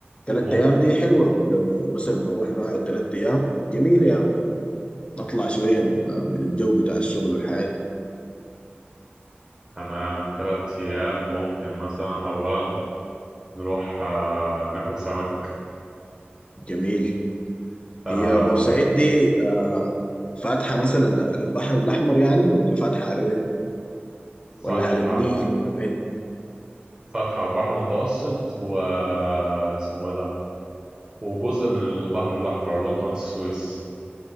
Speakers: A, on the left; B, on the right.
A: ثلاث
B: ممكن
A: ايام دي حلوه لو مثلا نروح نقعد ثلاث ايام جميله يا مان. نطلع شويه آه، من الجو بتاع الشغل والحياه دي
B: تمام تلات ايام ممكن مثلا اولا نروح آه ناكل سمك
A: جميل
B: آه
A: هي بورسعيد دي آه، فاتحه مثلا على البحر الاحمر يعني ولا فاتحه على وين
B: فتحة
A: ولا على النيل ولا وين
B: فتحة على البحر المتوسط و آه، اسمه ايه ده وجزء من البحر الاحمر اللي هو قناة السويس